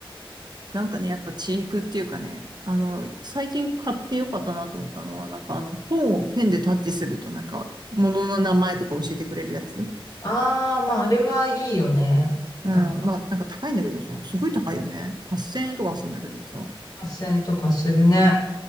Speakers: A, on the right (about 50°); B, on the left (about 45°).
A: <laughs> なんかね、やっぱチークっていうかね、あの、最近買ってよかったなと思ったのは、なんかあの、本をペンでタッチするとなんか、物の名前とか教えてくれるやつ。
B: ああ、まああれはいいよね。
A: うん。
B: なんか、
A: まあ、なんか高いんだけどさ、すごい高いよね。8000円とかするんだけどさ。
B: 発線とかするね。